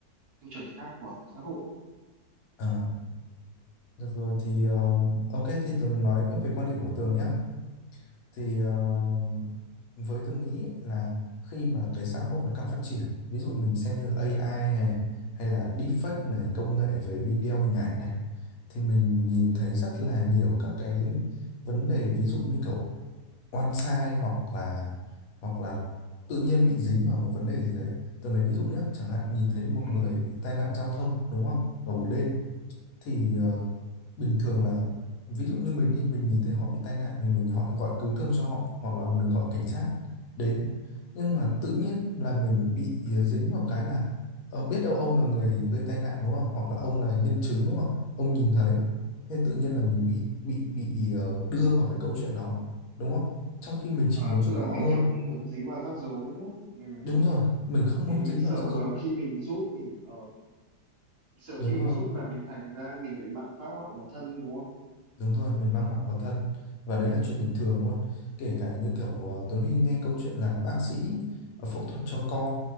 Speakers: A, on the right; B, on the left.
A: tiêu chuẩn khác của xã hội
B: ờ Được rồi thì um, ok thì Tường nói về quan điểm của Tường nhé thì um, với Tường nghĩ là khi mà cái xã hội nó càng phát triển ví dụ mình xem như AI hay hay là deepfake này công nghệ về video hình ảnh này thì mình nhìn thấy rất là nhiều các cái vấn đề ví dụ như kiểu oan sai hoặc là hoặc là tự nhiên bị dính vào một vấn đề gì đấy Tường lấy ví dụ nhé chẳng hạn nhìn thấy một
A: ừ.
B: người bị tai nạn giao thông đúng không vào buổi đêm thì ờ, bình thường là ví dụ như mình đi mình nhìn thấy họ bị tai nạn thì mình họ gọi cứu thương cho họ hoặc là mình gọi cảnh sát đến nhưng mà tự nhiên là mình bị ờ, dính vào cái là ờ, biết đâu ông là người gây tai nạn đúng không hoặc là ông là nhân chứng đúng không ông nhìn thấy thế tự nhiên là mình bị bị bị ờ, đưa vào cái câu chuyện đó đúng không trong khi mình chỉ
A: à,
B: muốn giúp
A: tức là
B: họ
A: mình
B: thôi
A: kiểu không muốn dính vào rắc rối đúng không ừ.
B: đúng rồi mình không muốn
A: mình mình
B: dính
A: sợ
B: vào rắc rối
A: khi mình giúp mình ờ, sợ
B: đúng
A: khi mình
B: rồi
A: giúp là mình thành ra mình lại mạng phá hoại vào thân đúng không
B: Đúng rồi, mình mang họa vào thân và đấy là chuyện bình thường luôn. Kể cả như kiểu ờ, Tuấn Huy nghe câu chuyện là bác sĩ ờ, phẫu thuật cho con,